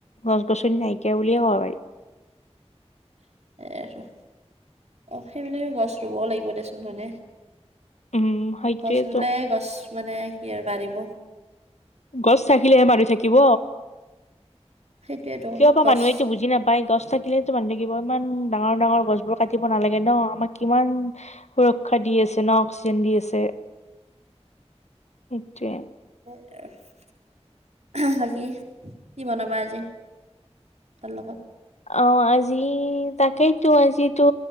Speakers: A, on the left; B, on the right.
A: গছ গছনি নাইকিয়া বুলিয়ে কব পাৰি।
B: <unintelligible> অ, সেইবোলিও গছ ৰুবও লাগিব দিয়া ছোন হয়নে।
A: উম সেইটোয়েতো
B: গছ ৰুলেহে গছ মানে কি আৰু বাঢ়িব।
A: গছ থাকিলেহে মানুহ থাকিব।
B: সেইটোয়েতো
A: কিয়
B: কৈছো
A: বা
B: গছ
A: মানুহে সেইটো বুজি নাপায় গছ থাকিলেতো মানুহ থাকিব ইমান ডাঙৰ ডাঙৰ গছবোৰ কাটিব নালাগে ন আমাক কিমান সুৰক্ষা দি আছে ন অক্সিজেন দি আছে। সেইটোয়ে।
B: <unintelligible> বাকী কি বনাবা আজি তাৰ লগত,
A: অ', আজি তাকেইতো আজিতো